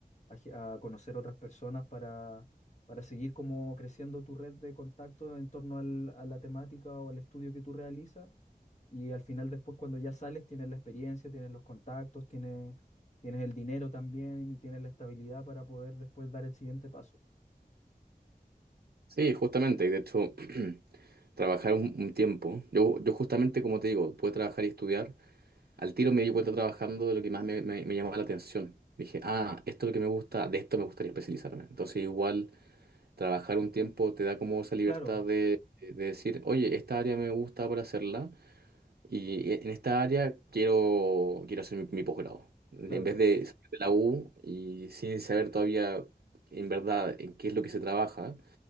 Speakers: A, on the left; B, on the right.
A: a, ge- a conocer otras personas para, para seguir como creciendo tu red de contacto en torno al- a la temática o al estudio que tú realizas. Y al final después cuando ya sales tienes la experiencia, tienes los contactos, tienes, tienes el dinero también y tienes la estabilidad para poder después dar el siguiente paso.
B: Sí, justamente, y de hecho, <clears throat> trabajar un, un tiempo. Yo, yo justamente, como te digo, pude trabajar y estudiar. Al tiro me di cuenta trabajando de lo que más me, me- me llamaba la atención. Dije, ah, esto es lo que me gusta, de esto me gustaría especializarme. Entonces, igual, trabajar un tiempo te da como esa libertad
A: Claro,
B: de, de decir, oye, esta área me gusta para hacerla Y en esta área quiero, quiero hacer mi, mi posgrado. En
A: claro,
B: vez
A: te,
B: de salir de la U y sin saber todavía en verdad en qué es lo que se trabaja